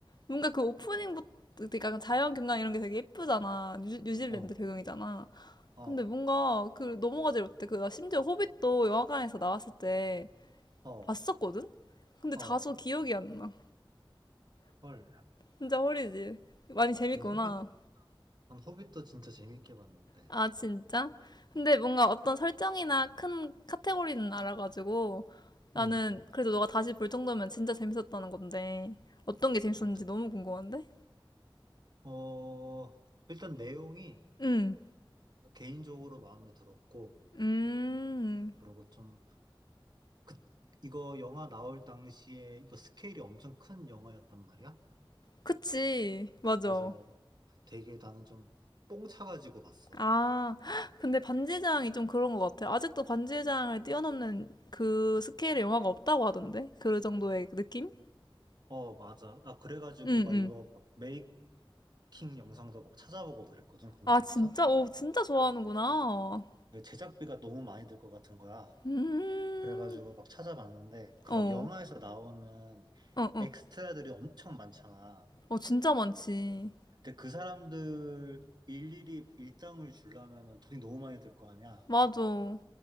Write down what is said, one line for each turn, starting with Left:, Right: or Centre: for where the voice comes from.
Left: 뭔가 그 오프닝부터, 그러니까 자연 경관 이런 게 되게 예쁘잖아. 뉴, 뉴질랜드
Right: 어,
Left: 배경이잖아.
Right: 어,
Left: 근데 뭔가 그 넘어가질 못해. 그 나 심지어 호빗도 영화관에서 나왔을 때
Right: 어,
Left: 봤었거든? 근데
Right: 어.
Left: 다소 기억이 안 나.
Right: 헐.
Left: 진짜 허리지. 많이 재밌구나.
Right: 난 호빗, 난 호빗도 진짜 재밌게 봤는데.
Left: 아, 진짜? 근데 뭔가 어떤 설정이나 큰 카테고리는 알아가지고 나는
Right: 음,
Left: 그래도 너가 다시 볼 정도면 진짜 재밌었다는 건데 어떤 게 재밌었는지
Right: 어떻게,
Left: 너무 궁금한데?
Right: 어, 일단 내용이
Left: 응.
Right: 개인적으로 마음에 들었고,
Left: 음.
Right: 그리고 좀, 그, 이거 영화 나올 당시에 이거 스케일이 엄청 큰 영화였단 말이야.
Left: 그치, 맞아.
Right: 그래서 되게 나는 좀 뽕차가지고 봤어.
Left: 아, 헉, 근데 반지의 제왕이 좀 그런 것 같아요. 아직도 반지의 제왕을 뛰어넘는 그 스케일의 영화가 없다고 하던데? 그 정도의 느낌?
Right: 어, 맞아. 나 그래가지고
Left: 응,
Right: 막
Left: 응.
Right: 이거 막 메이킹 영상도 막 찾아보고 그랬거든, 궁금해서.
Left: 아, 진짜? 오, 진짜 좋아하는구나.
Right: 막그 제작비가 너무 많이 들 것 같은 거야.
Left: 음,
Right: 그래가지고 막 찾아봤는데, 그
Left: 어,
Right: 막 영화에서 나오는
Left: 어, 어.
Right: 엑스트라들이 엄청 많잖아.
Left: 어, 진짜 많지.
Right: 근데 그 사람들 일일이 일당을 주려면 돈이 너무 많이 들 거 아니야.
Left: 맞아.